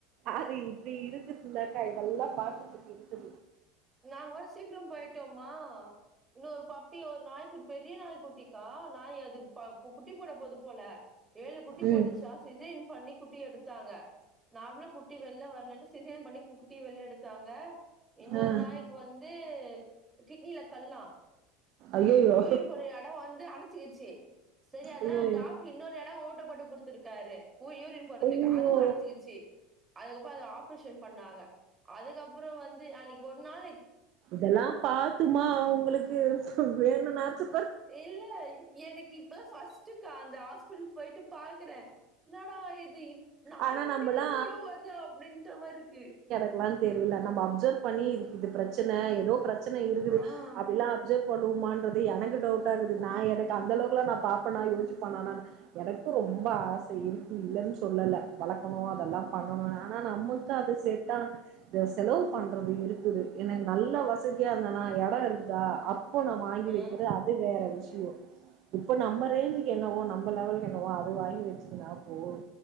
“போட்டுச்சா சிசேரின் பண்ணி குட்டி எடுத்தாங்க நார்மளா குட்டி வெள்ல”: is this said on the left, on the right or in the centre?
Right